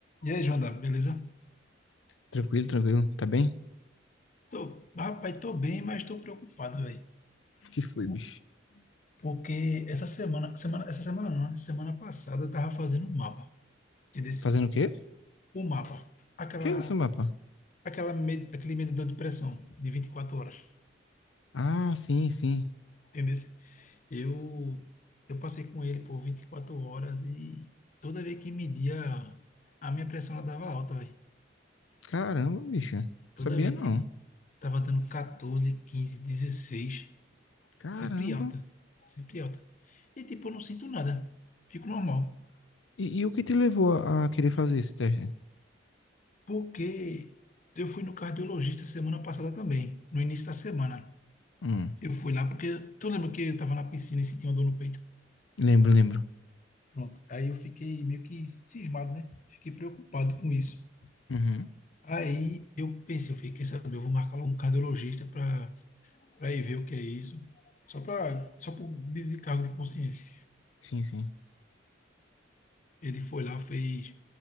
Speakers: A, on the left (about 40°); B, on the left (about 80°).
A: E aí, Joana, beleza?
B: Tranquilo, tranquilo. Tá bem?
A: Tô, rapaz, tô bem, mas tô preocupado, velho.
B: O que foi,
A: Por-
B: bicho?
A: Porque essa semana, semana, essa semana não, né? semana passada eu tava fazendo um mapa, entendeu?
B: Fazendo o quê?
A: O mapa, aquela,
B: Que isso, mapa?
A: aquela, med- aquele medidor de pressão de 24 horas,
B: Ah, sim, sim.
A: entendeu? Eu, eu passei com ele por 24 horas e toda vez que media, a minha pressão ela dava alta, velho.
B: Caramba, bicho.
A: Toda
B: Sabia
A: vez,
B: não.
A: tipo, tava dando 14, 15, 16.
B: Caramba.
A: Sempre alta. Sempre alta. E tipo, eu não sinto nada. Fico normal.
B: E, e o que te levou a, a querer fazer esse teste?
A: Porque eu fui no cardiologista semana passada também, no início da semana.
B: Hum,
A: Eu fui lá porque tu lembra que eu tava na piscina e senti uma dor no peito?
B: lembro, lembro.
A: Pronto. Aí eu fiquei meio que cismado, né? Fiquei preocupado com isso.
B: Uhum.
A: Aí eu pensei, eu fiquei, quer saber, eu vou marcar logo um cardiologista para para ir ver o que é isso, só para só por descargo de consciência.
B: Sim, sim.
A: Ele foi lá, fez